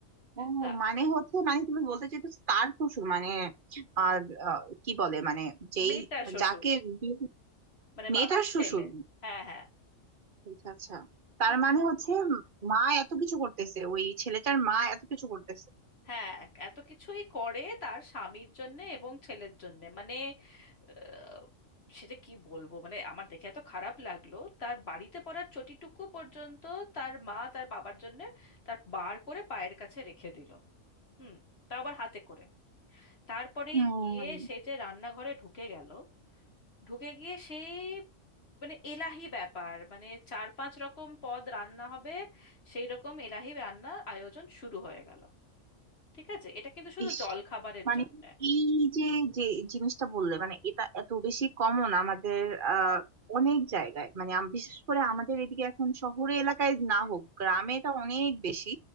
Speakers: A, on the right (about 45°); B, on the left (about 50°).
A: ও
B: তা-
A: মানে হচ্ছে মানে তুমি বলতে চাইতেছো তার শ্বশুর মানে আর আহ, কি বলে মানে যেই
B: মেয়েটার শ্বশুর
A: যাকে বিয়ে-
B: মানে
A: মেয়েটার
B: বাবার
A: শ্বশুর
B: ছেলে হ্যাঁ হ্যাঁ
A: আচ্ছা আচ্ছা তার
B: হুম,
A: মানে হচ্ছে উম, মা এত কিছু করতেছে ওই ছেলেটার মা এত কিছু করতেছে
B: হ্যাঁ এত কিছুই করে তার স্বামীর জন্যে এবং ছেলের জন্যে মানে আহ, সেটা কি বলবো মানে আমার দেখে এত খারাপ লাগলো তার বাড়িতে পড়ার চটিটুকু পর্যন্ত তার মা তার বাবার জন্যে তার বার করে পায়ের কাছে রেখে দিল হুম তাও আবার হাতে করে তারপরে
A: হুম
B: গিয়ে সে যে রান্নাঘরে ঢুকে গেল ঢুকে গিয়ে সেই মানে এলাহি ব্যাপার মানে চার পাঁচ রকম পদ রান্না হবে সেই রকম এলাহি রান্না আয়োজন শুরু হয়ে গেল ঠিক আছে এটা কিন্তু শুধু
A: ইস
B: জল খাবারের
A: মানে
B: জন্য
A: এই যে যে জিনিসটা বললে মানে এটা এত বেশি কমন আমাদের আহ অনেক জায়গায় মানে আম- বিশেষ করে আমাদের এদিকে এখন শহরে এলাকায় না হোক গ্রামে এটা অনেক বেশি